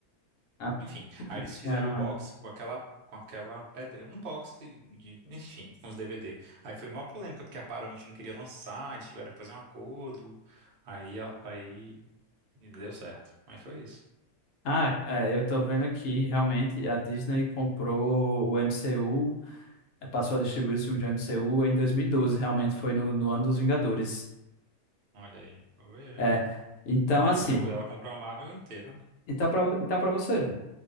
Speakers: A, on the left (about 70°); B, on the right (about 55°).
A: Ah,
B: Enfim, aí eles fizeram
A: é, não
B: o box
A: é.
B: com aquela com aquela pedra, um box de, de- enfim, com os DVD. Aí foi uma polêmica porque a Paramount não queria lançar, eles tiveram que fazer um acordo. Aí a- aí e deu certo. Mas foi isso.
A: Ah, é, eu tô vendo aqui, realmente, a Disney comprou o MCU, eh, passou a distribuir os filmes de MCU em dois mil e doze realmente foi no, no ano dos Vingadores.
B: Olha aí. Foi, é.
A: É, então
B: Me
A: assim,
B: abriu, ela comprou a Marvel inteira.
A: então pra, vo- então para você ver.